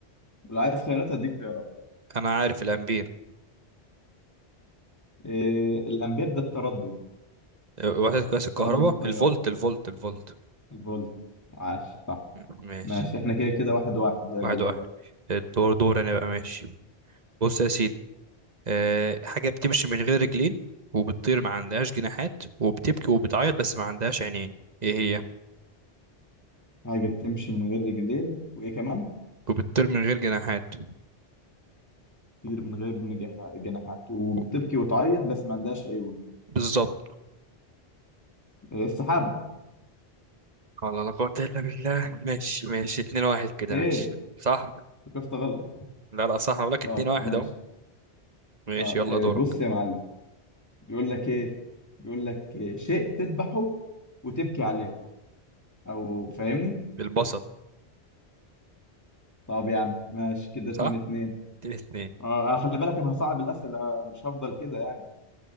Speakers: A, on the left (about 15°); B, on the right (about 40°).
A: ولو عايز خيارات هديك خيارات
B: انا عارف الامبير
A: آه، الامبير ده التردد
B: وحدة قياس الكهرباء
A: تردد التيار
B: الفولت الفولت الفولت
A: الفولت عاش صح
B: م- ماشي
A: ماشي احنا كده كده واحد واحد لغايه
B: واحد
A: دلوقتي
B: واحد الدور دور انا بقى ماشي بص يا سيدي أه حاجة بتمشي من غير رجلين وبتطير ما عندهاش جناحات وبتبكي وبتعيط بس ما عندهاش عينين ايه هي
A: حاجه بتمشي من غير رجلين وايه كمان
B: وبتطير من غير جناحات
A: طير من غير من جح- جناحات وبتبكي
B: و-
A: وتعيط بس ما عندهاش عيون
B: بالظبط
A: آه، السحابه
B: والله لا قوة إلا بالله ماشي ماشي اتنين واحد كده
A: ايه
B: ماشي صح
A: فكرت غلط
B: لا لا صح أنا بقولك اتنين
A: طب
B: واحد
A: ماشي
B: أهو ماشي
A: اه
B: يلا
A: إيه،
B: دورك
A: بص يا معلم بيقول لك ايه بيقول لك إيه؟ شيء تذبحه وتبكي عليه او فاهمني
B: البصل
A: طب يا عم ماشي كده
B: صح
A: اتنين اتنين
B: اتنين اتنين
A: اه أنا خلي بالك انا هصعب الاسئله آه، مش هفضل كده يعني